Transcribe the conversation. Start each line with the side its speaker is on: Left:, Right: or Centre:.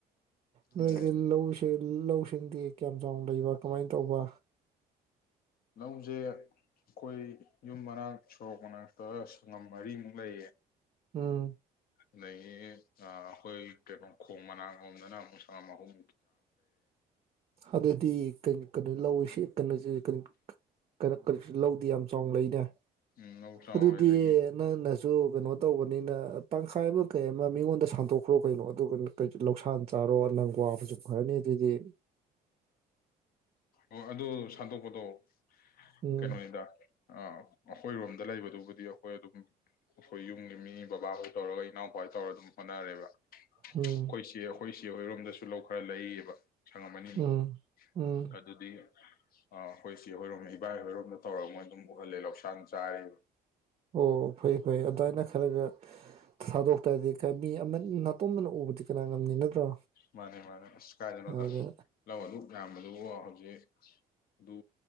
Right: ꯅꯣꯏꯒꯤ
Left: ꯑꯗꯨꯅꯦ
Right: ꯂꯧꯁꯦ ꯂꯧꯁꯤꯡꯗꯤ ꯀꯌꯥꯝ ꯆꯥꯎꯅ ꯂꯩꯕ ꯀꯃꯥꯏꯅ ꯇꯧꯕ
Left: ꯂꯧꯁꯦ ꯑꯩꯈꯣꯏ ꯌꯨꯝ ꯃꯅꯥꯛ ꯁꯣꯔꯣꯛ ꯃꯅꯥꯛꯇ ꯁꯡꯉꯝ ꯃꯔꯤꯃꯨꯛ ꯂꯩꯌꯦ
Right: ꯎꯝ
Left: ꯑꯗꯒꯤ ꯑꯥ ꯑꯩꯈꯣꯏ ꯀꯩꯅꯣ ꯈꯣꯡ ꯃꯅꯥꯛ ꯂꯣꯝꯗꯅ ꯑꯃꯨꯛ ꯁꯪꯉꯝ ꯑꯍꯨꯝ
Right: ꯑꯗꯨꯗꯤ ꯀꯩꯅ ꯀꯩꯅꯣ ꯂꯧꯁꯤ ꯀꯩꯅꯣꯁꯦ ꯀꯩꯅꯣ ꯀꯩꯅ ꯀꯔꯤ ꯂꯧꯗꯤ ꯌꯥꯝ ꯆꯥꯎꯅ ꯂꯩꯅꯦ
Left: ꯎꯝ ꯂꯧ ꯆꯥꯎꯋꯦ
Right: ꯑꯗꯨꯗꯤ
Left: ꯑꯗꯒꯤ
Right: ꯅꯪꯅ ꯁꯨ ꯀꯩꯅꯣ ꯇꯧꯕꯅꯤꯅ ꯇꯪꯈꯥꯏ ꯑꯃ ꯀꯩ ꯑꯃ ꯃꯤꯉꯣꯟꯗ ꯁꯥꯟꯗꯣꯛꯈ꯭ꯔꯣ ꯀꯩꯅꯣ ꯑꯗꯨꯒ ꯀꯩ ꯂꯧꯁꯥꯟ ꯆꯥꯔꯣ ꯅꯪ ꯀꯣꯁꯨ ꯈꯔꯅꯤ ꯑꯗꯨꯗꯤ
Left: ꯑꯣ ꯑꯗꯨ ꯁꯥꯟꯗꯣꯛꯀ ꯑꯣ
Right: ꯎꯝ
Left: ꯀꯩꯅꯣꯅꯤꯗ ꯑꯩꯈꯣꯏꯔꯣꯝꯗ ꯂꯩꯕꯗꯨꯕꯨꯗꯤ ꯑꯩꯈꯣꯏ ꯑꯗꯨꯝ ꯑꯩꯈꯣꯏ ꯌꯨꯝꯒꯤ ꯃꯤ ꯕꯕꯥ ꯍꯣꯏ ꯇꯧꯔꯒ ꯏꯅꯥꯎꯄꯥꯁꯤ ꯇꯧꯔꯒ ꯑꯗꯨꯝ ꯍꯣꯠꯅꯔꯦꯕ ꯑꯩꯈꯣꯏꯁꯦ
Right: ꯎꯝ
Left: ꯑꯩꯈꯣꯏ ꯖ ꯍꯣꯏꯔꯣꯝꯗꯁꯨ ꯂꯧ ꯈꯔ ꯂꯩꯌꯦꯕ ꯁꯪꯉꯝꯃꯅꯤ ꯑꯃꯨꯛ
Right: ꯎꯝ ꯎꯝ
Left: ꯀꯗꯨꯗꯤ ꯑ ꯑꯩꯈꯣꯏ ꯁꯤ ꯍꯣꯏꯔꯣꯝ ꯏꯕꯥꯏ ꯍꯣꯏꯔꯣꯝꯗ ꯇꯧꯔꯒ ꯃꯣꯏ ꯑꯗꯨꯝ ꯎꯍꯜꯂꯦ ꯂꯧꯁꯥꯡ ꯆꯥꯔꯤꯕ
Right: ꯑꯣ ꯐꯩ ꯐꯩ ꯑꯗꯨꯃꯥꯏꯅ ꯈꯔꯒ ꯁꯗꯣꯛ ꯇ ꯕꯤ ꯑꯃ ꯅꯥꯇꯣꯝꯝꯕꯅ ꯎꯕꯗꯤ ꯀꯅꯥ ꯉꯝꯅꯤ ꯅꯠꯇ꯭ꯔꯣ
Left: ꯃꯥꯅꯦ ꯃꯥꯅꯦ ꯑꯁ ꯀꯥꯏꯗꯅꯣꯗ
Right: ꯑꯗꯨ
Left: ꯂꯧ ꯑꯗꯨ ꯌꯥꯝꯌꯥꯝꯕꯗ ꯑꯗꯨ ꯍꯧꯖꯤꯛ ꯑꯗꯨ